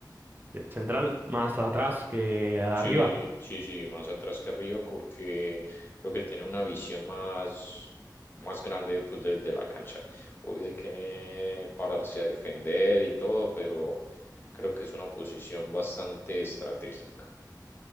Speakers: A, on the right; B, on the left.
A: ¿De central? ¿Más atrás que arriba?
B: Sí, sí, sí, más atrás que arriba porque creo que tiene una visión más, más grande pues desde la cancha. Hoy hay que pararse a defender y todo, pero creo que es una posición bastante estratégica.